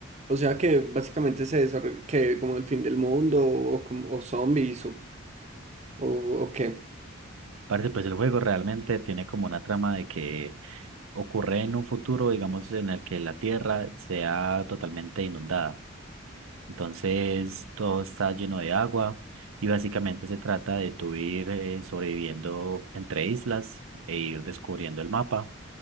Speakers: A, on the right; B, on the right.
A: O sea que básicamente se desarrolla que como el fin del mundo o, como- o zombies o, o, o qué.
B: Parce, pues el juego realmente tiene como una trama de que ocurre en un futuro, digamos, en el que la Tierra sea totalmente inundada. Entonces, todo está lleno de agua y básicamente se trata de tú ir eh, sobreviviendo entre islas e ir descubriendo el mapa